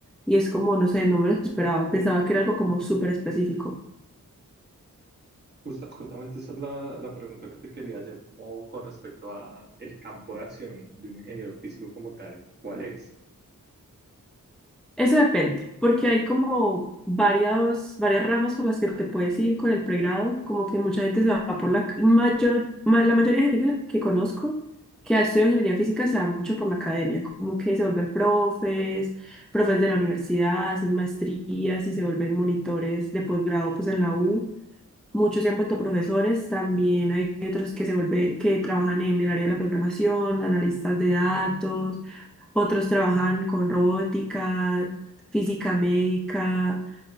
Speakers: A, in the centre; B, on the right.
A: Y es como, no sé, no me lo esperaba. Pensaba que era algo como súper específico.
B: Justa- justamente esa es la, la pregunta que te quería hacer, como con respecto a el campo de acción de un ingeniero físico como tal. ¿Cuál es?
A: Eso depende, porque hay como varias, varias ramas por las que te puedes ir con el pregrado, como que mucha gente se va por la mayor, ma- la mayoría de gente que, la- que conozco que ha estudiado ingeniería física se va mucho por la academia, como que se vuelven profes, profes de la universidad, hacen maestrías y se vuelven monitores de posgrado pues en la U. Muchos se han vuelto profesores, también hay otros que se vuelven, que trabajan en el área de la programación, analistas de datos otros trabajan con robótica, física médica,